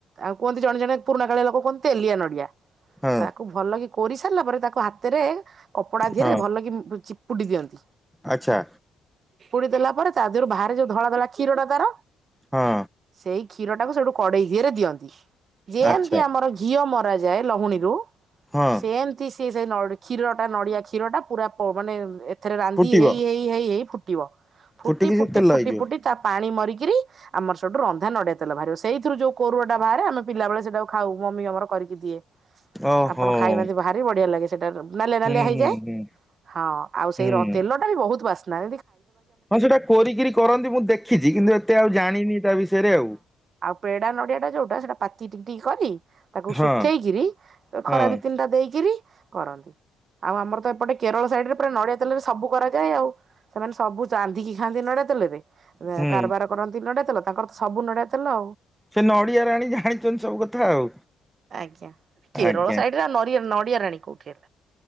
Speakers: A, on the right; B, in the centre.
A: ଆଉ କୁହନ୍ତି ଜଣେଜଣେ ପୁରୁଣାାକାଳୀଆ ଲୋକେ କୁହନ୍ତି ତେଲିଆ ନଡିଆ।
B: ହଁ
A: ତାକୁ ଭଲକି କୋରି ସାରିଲା ପରେ ତାକୁ ହାତରେ କପଡା ଧିରେ
B: ହଁ
A: ଭଲ କି ଚି ପୁଡିି ଦିଅନ୍ତି।
B: ଆଚ୍ଛା।
A: ପୁଡ଼ି ଦେଲା ପରେ ତା ଦେହରୁ ବାହାରେ ଯୋଉ ଧଳା ଧଳା କ୍ଷୀର ଟା ତାର।
B: ହଁ
A: ସେଇ ଖି କ୍ଷୀରଟାକୁ ସେଠୁ କଡେଇ ଦିହେରେ ଦିଅନ୍ତି। ଯେମତି
B: ଆଚ୍ଛା
A: ଆମର ଘିଅ ମର କରାଯାଏ ଲହୁଣୀରୁୁ।
B: ହଁ
A: ସେମତି ସେ ସେଇ ନଡିି କ୍ଷୀର ଟା ନଡିଆ କ୍ଷୀର ଟା ପୁରା ପ ମାନେ ଏତ ଏଥରେ ରାନ୍ଧି
B: ଫୁଟିବ
A: ହେଇ ହେଇ ହେଇ ହେଇ ଫୁ ଟିବ। ଫୁଟି
B: ଫୁଟିକି
A: ଫୁଟି
B: ସେ ତେଲ
A: ଫୁଟି
B: ହେଇଯିବ
A: ଫୁଟି ତା ପାଣି ମରିକି ଆମର ସଠୁ ରନ୍ଧା ନଡିଆ ତେଲ ବାହାରିବ, ସେଇଥିରୁ ଯୋଉ କୋରୁଅ ଟା ବାହାରେ ଆମେ ପିଲାବେଳେ ସେଇଟାକୁ ଖାଉ, ମମି ଆମର କରିକି ଦିଏ।
B: ଓହୋ।
A: ଆପଣ ଖାଇନାହାନ୍ତି ଭାରି ବଢିଆ ଲାଗେ। ସେଟା, ରମ- ନାଲିଆ,
B: ହୁଁ
A: ନାଲିଆ ହେଇଯାଏ
B: ହୁଁ
A: ୲
B: ହୁଁ
A: ହଁ, ଆଉ ସେଇ
B: ହୁଁ
A: ର, ତେଲଟା ବି ବହୁତ ବାସେ। ନାଇଁ
B: ହଁ, ସେଇଟା କୋରିକିରି କରନ୍ତି, ମୁଁ ଦେଖିଛି ୲କିନ୍ତୁ, ଏତେ ଆଉ ଜାଣିନି, ତା ବିଷୟରେ ଆଉ।
A: ପେଡ଼ା, ନଡ଼ିଆ ଟା ଯୋଉଟା, ସେଇଟା ପାତି, ଟିକି, ଟିକି କରି ତାକୁ,
B: ହଁ
A: ଶୁଖେଇ କିରି, ଖରା
B: ହଁ
A: ଦି, ତିନିଟା ଦେଇକିରି- କରନ୍ତି, ଆଉ ଆମର ତ, ଏପଟେ କେରଳ ସାଇଟ୍ ରେ, ପୁରା ନଡିଆ ତେଲରେ ସବୁ କରାଯାଏ, ଆଉ। ସେମାନେ, ସବୁ ଚାନ୍ଦିକି ଖାନ୍ତି ୲ ନଡ଼ିଆ, ତେଲ ରେ-
B: ହୁଁ
A: କାର, ବାର କରନ୍ତି ନଡିଆ ତେଲ, ତାଙ୍କର ତ ସବୁ ନଡିଆ ତେଲ,
B: ସେ ନଡିଆ ରାଣୀ ଜାଣିଛନ୍ତି ସବୁ କଥା ଆଉ।
A: ଆଜ୍ଞା ୲ କେରଳ,
B: ଆଜ୍ଞା
A: ସାଇଡ ରେ ନଡ଼ିଆ, ନଡିଆ ରାଣୀ କୋଉ। କିିଲ।